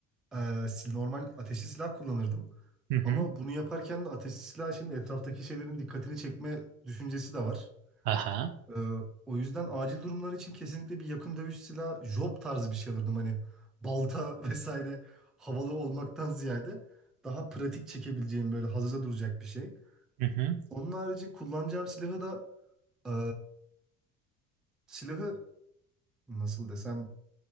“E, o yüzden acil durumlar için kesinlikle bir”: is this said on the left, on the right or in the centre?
Centre